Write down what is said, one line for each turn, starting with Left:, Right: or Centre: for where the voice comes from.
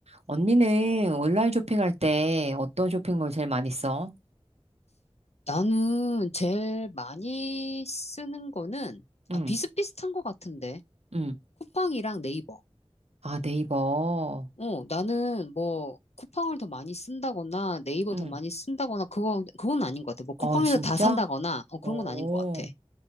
Right: 언니는 온라인 쇼핑할 때 어떤 쇼핑몰 제일 많이 써?
Left: 나는 제일 많이 쓰는 거는
Right: 응,
Left: 아, 비슷비슷한 것 같은데
Right: 응.
Left: 쿠팡이랑 네이버.
Right: 아, 네이버.
Left: 어, 나는 뭐 쿠팡을 더 많이 쓴다거나 네이버
Right: 응.
Left: 더 많이 쓴다거나 그거 그건 아닌 것 같아. 뭐 쿠팡에서
Right: 어, 진짜?
Left: 다 산다거나 어, 그런
Right: 오.
Left: 건 아닌 것 같아.